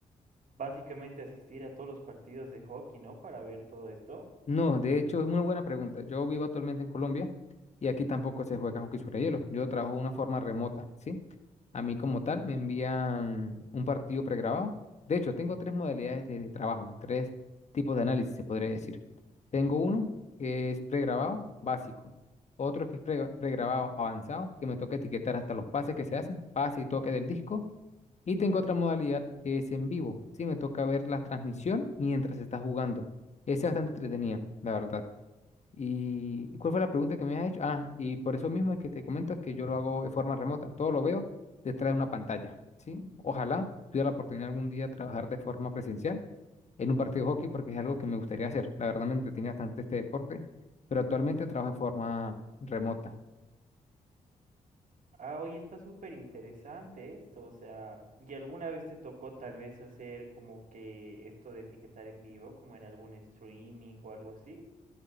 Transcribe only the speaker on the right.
básicamente asistir a todos los partidos de hockey, ¿no? Para ver todo esto.
Ujú.
Ah, oye, está súper interesante esto. O sea, ¿y alguna vez te tocó tal vez hacer como que esto de etiquetar en vivo, como en algún streaming o algo así?